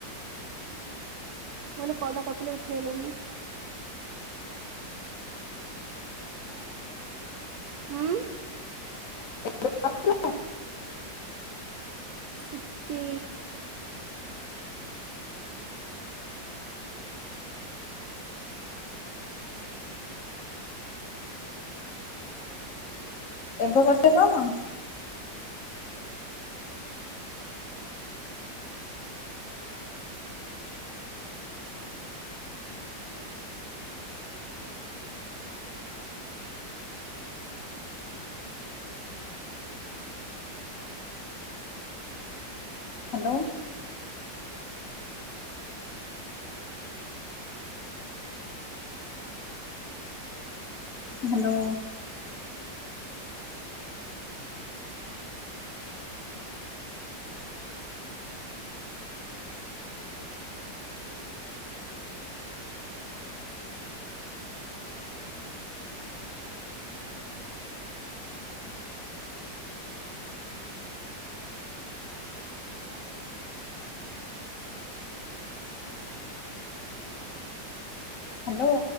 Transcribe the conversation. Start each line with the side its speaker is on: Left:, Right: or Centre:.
Right: ମୁଁ କହିଲି କଲ ଟା କରିଥିଲି ଉଠେଇଲେନି? ହୁଁ?
Left: <inaudible>
Right: ଟିକେ।
Left: ଏବେ କରିଛ କଲ? ହାଲୋ। ହାଲୋ। ହାଲୋ।